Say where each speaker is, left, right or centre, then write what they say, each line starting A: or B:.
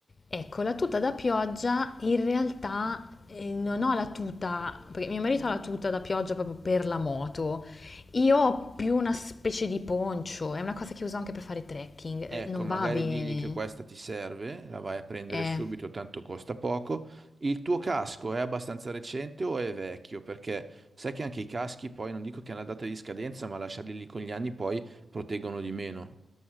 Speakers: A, on the left (about 40°); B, on the right (about 40°).
A: Ecco, la tuta da pioggia in realtà eh, non ho la tuta, perché mio marito ha la tuta da pioggia proprio per la moto. Io ho più una specie di poncho, è una cosa che uso anche per fare trekking, eh,
B: Ecco,
A: non
B: magari
A: va bene.
B: digli che questa ti serve, la vai a prendere
A: Eh,
B: subito, tanto costa poco. Il tuo casco è abbastanza recente o è vecchio? Perché sai che anche i caschi poi non dico che hanno la data di scadenza, ma lasciarli lì con gli anni poi proteggono di meno.